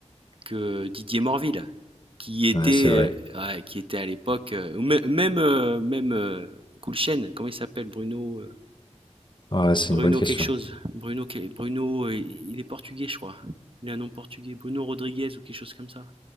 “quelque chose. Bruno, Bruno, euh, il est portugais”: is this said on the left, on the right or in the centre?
Right